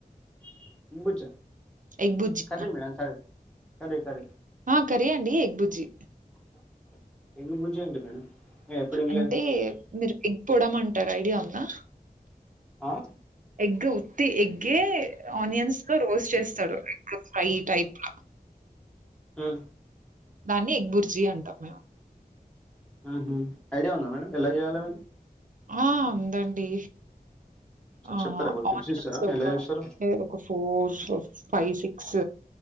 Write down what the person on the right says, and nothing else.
ఎగ్ బుజ్జి
ఆ కర్రీ ఎ అండి ఎగ్ బుజ్జి
అంటే మీరు ఎగ్పోడం అంటారు ఐడియా ఉందా
ఎగ్ ఉత్తి ఎగ్గే ఆనియన్స్ లో రోస్ట్ చేస్తాడు ఎగ్ ఫ్రై టైప్
దాన్ని ఎగ్బుర్జీ అంటాం మేము
ఆ ఉందండి
ఆహా
ఆనియన్స్
ఒక
ఒక ఫోర్ ఫైవ్ సిక్స్